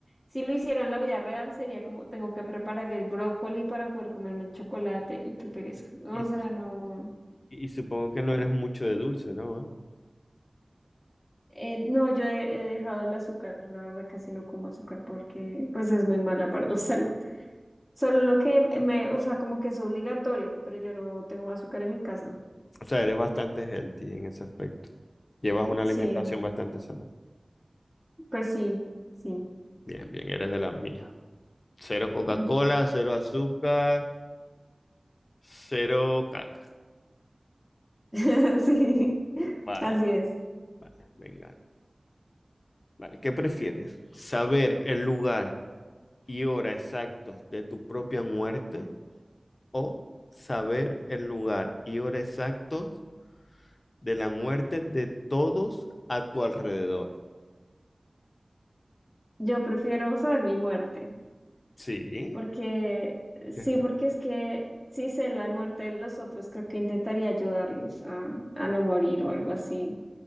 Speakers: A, in the centre; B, on the left (about 60°).
A: si lo hiciera en la vida real, sería como tengo que preparar el brócoli para poder comerme el chocolate. Y qué pereza. O
B: y,
A: sea, no.
B: y supongo que no eres mucho de dulce, ¿no? Ana?
A: Eh, no, yo he, he dejado el azúcar, la verdad casi no como azúcar porque pues es muy mala para la <laughs> salud. Solo lo que me, o sea, como que es obligatorio, pero yo no tengo azúcar en mi casa.
B: O sea, eres bastante healthy en ese aspecto. Llevas una alimentación
A: Sí,
B: bastante sana.
A: Pues sí, sí.
B: Bien, bien, eres de las mías. Cero Coca-Cola,
A: Mm.
B: cero azúcar, cero caca.
A: <laughs> Sí,
B: Vale,
A: así
B: va,
A: es.
B: vale, venga. Vale, ¿qué prefieres? ¿Saber el lugar y hora exactos de tu propia muerte o saber el lugar y hora exactos de la muerte de todos a tu alrededor?
A: Yo prefiero saber mi muerte,
B: Sí,
A: porque sí,
B: qué raro.
A: porque es que si sé la muerte de los otros, creo que intentaría ayudarlos a, a no morir o algo así.